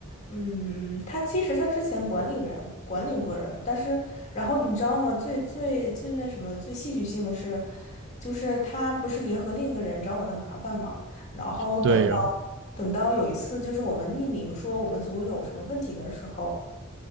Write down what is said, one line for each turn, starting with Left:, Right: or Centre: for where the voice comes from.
Left: 嗯，他其实他之前管理人管理过人，但是，然后你知道吗？最最最那什么，最戏剧性的是，就是他不是联合另一个人找我的麻烦嘛，然后等到
Right: 对，然后
Left: 等到有一次，就是我们匿名说我们组有什么问题的时候，